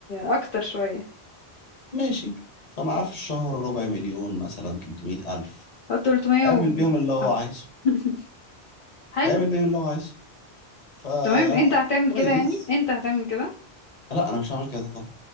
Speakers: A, on the left (about 55°); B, on the left (about 40°).
A: اكتر شوية
B: ماشي فمعاه في الشهر ربع مليون مثلا 300000
A: او تلتمية
B: هيعمل
A: و-
B: بيهم اللي هو
A: حبة
B: عايزه
A: <laughs> حلو
B: هيعمل بيه اللي هو عايزه ف
A: تمام انت هتعمل
B: كويس
A: كده يعني انت هتعمل كده
B: لا انا مش هعمل كده طبعا